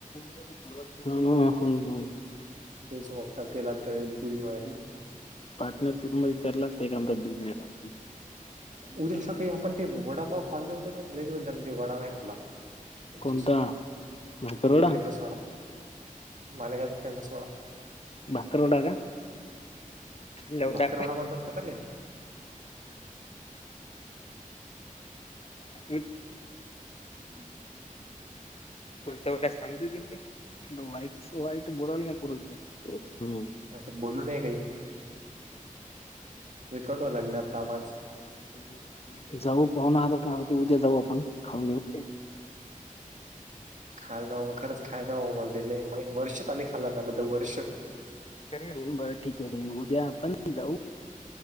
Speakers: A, on the left; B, on the right.
A: ह
B: तेच वकता तेलात तळेल पुरी मारी
A: पार्टनरशिप मध्ये केला एखा बिझनेस
B: उद्या असं काही आपण ते वडापाव खालजबर ते वडा नाही खाल्ला उंची
A: कोणता
B: साडा
A: भाकरवडा
B: ते फेमस वडा मालेगाज फेमस वडा
A: भत्तर वडा का लवडा
B: भाकरवडा म्हणतात का त्याले
A: हम्
B: ह्
A: पु सांग त्हाईट वईट बोलाला ना पूर हम्म
B: असं बोलू न काही रेकॉर्ड व्हायला लागले आपला आवाज
A: य जाऊ पाहनाह का होती उद्या जाऊ आपण खाऊ
B: खायला खरंच खायच मध्ये म वर्ष चाली खाल्ला वर्ष
A: बरं ठीक आहे र उद्या आपण जाऊ